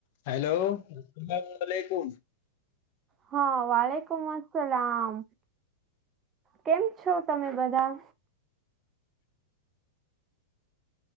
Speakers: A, on the left (about 55°); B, on the right (about 25°).
A: હેલો સસલેકુમ <unintelligible>
B: હા વાલેકુમ અસલામ કેમ છો તમે બધા